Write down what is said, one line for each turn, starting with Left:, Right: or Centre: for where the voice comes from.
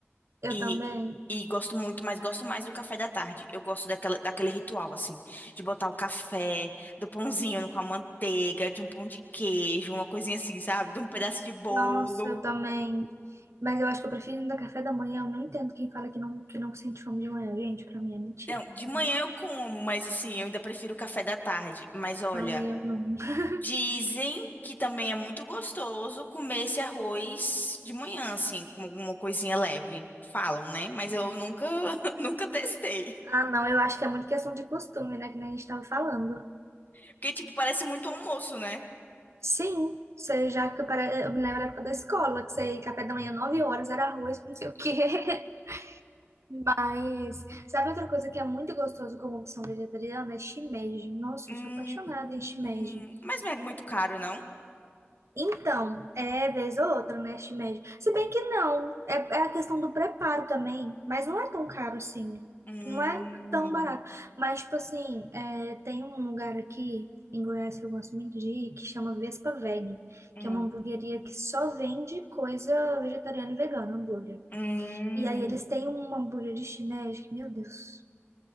Right: eu
Left: E,
Right: também.
Left: e gosto muito, mas gosto mais do café da tarde. Eu gosto daquela, daquele ritual, assim, de botar o café, do pãozinho com a manteiga, de um pão de queijo, uma coisinha assim, sabe? De um pedaço de bolo.
Right: Nossa, eu também. Mas eu acho que eu prefiro ainda café da manhã. Eu não entendo quem fala que não, que não sente fome de manhã. Gente, pra mim é mentira.
Left: Não, de manhã
Right: realmente.
Left: eu como, mas assim, eu ainda prefiro o café da tarde. Mas olha,
Right: Ai, eu não. <laughs>
Left: dizem que também é muito gostoso comer esse arroz de manhã, assim, com alguma coisinha leve. Falam, né? Mas eu nunca, <laughs> nunca testei.
Right: Ah, não, eu acho que é muito questão de costume, né? Que nem a gente tava falando.
Left: Porque, tipo, parece muito almoço, né?
Right: Sim, você já que pare- eu me lembro da época da escola, que você ia café da manhã, 9 horas, era arroz com não sei o quê. <laughs> Mas sabe outra coisa que é muito gostoso como opção vegetariana? É shimeji. Nossa,
Left: Hum,
Right: eu sou apaixonada em shimeji.
Left: hum. mas não é muito caro, não?
Right: Então, é vez ou outra, né, este médio. Se bem que não, é, é a questão do preparo também, mas não é tão caro assim,
Left: Hum,
Right: não é tão barato. Mas, tipo assim, é, tem um lugar aqui em Goiás que eu gosto muito de ir, que chama Vespa Veg,
Left: hum,
Right: que é uma hamburgueria que só vende coisa vegetariana e vegana, hambúrguer.
Left: hum.
Right: E aí eles têm um hambúrguer de shimeji, que, meu Deus,